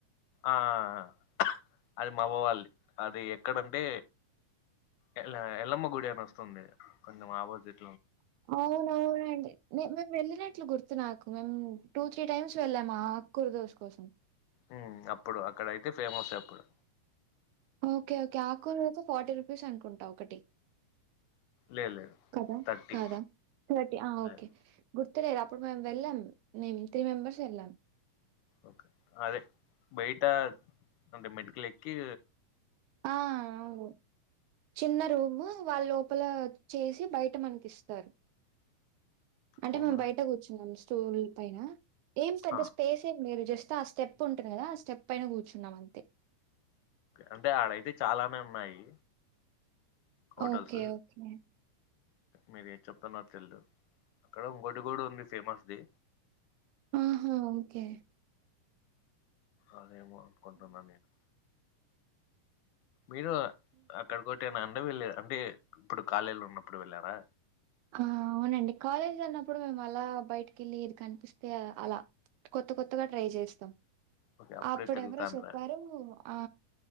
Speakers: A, on the left (about 75°); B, on the right (about 80°).
A: ఆ ఆ ఆ ఆ అది మాఅవ్వ వాళ్ది అది ఎక్కడంటే ఎల్ ఎల్లమ్మ గుడి అని ఒస్తుంది, కొంచెం అపోజిట్
B: అవునవునండి నేన్ మేమ్ వెళ్ళినట్లు గుర్ ర్తు నాకు మేమ్ టూ, త్రీ టైమ్స్ వెళ్ళాం ఆక్కురా దోస కోసం.
A: ఉమ్ అప్పుడు, అక్కడ అయితే ఫేమసే అప్పుడు.
B: ఓకే ఓకే ఆకు కూరాఅయితే ఫార్టీ రుపీస్ అనుకుంటా ఒకటి.
A: లేదు లేదు
B: కద
A: థర్టీ
B: కాదా థర్టీ ఆ ఓకే
A: లేదు
B: గుర్తులేద్ అప్పుడు మేమ్ వెళ్ళాం, మేమ్ త్రీ మెంబర్స్ ఎళ్ళాం.
A: ఓకే అదే బయట అంటే మెట్లెక్కి
B: ఆ అవును చిన్న రూమ్, వాళ్ళు లోపల చేసి బయట మనకిస్తారు. అంటే
A: అవునా
B: మేమ్ బయట కూర్చున్నాం స్టూల్ పైన, ఏం పెద్ద
A: ఆ,
B: స్పేస్ ఏం లేదు, జస్ట్ ఆ స్టెప్ ప్ ఉంటాది గదా, ఆ స్టెప్ పైన కూర్చున్నాం అంతే.
A: అంటే ఆడైతే చాలానే ఉన్నాయి హోటల్స్
B: ఓకే ఓకే
A: మీరు ఏది చెప్తున్నార్ తెల్దు, అక్కడ ఇంగొటిగుడ్ ఉంది ఫేమస్ ది
B: ఆహా ఓకే
A: ఆ అదేమో అనుకుంటున్నా నేన్ మీరు అక్కడికోట్టేనా అండవెళ్ళే అంటే ఇప్పుడు కాలేజ్ లో ఉన్నప్పుడు వెళ్ళారా.
B: ఆ అవునండి కాలేజీలో ఉన్నప్పుడు మేము అలా బయటికెళ్ళి ఏది కనిపిస్తే అలా కొత్త కొత్తగా ట్రై జేస్తాం,
A: ఓకే అప్పుడే
B: అప్పుడెవరో
A: తిరుగుతాండ్రా
B: చెప్పారు. ఆ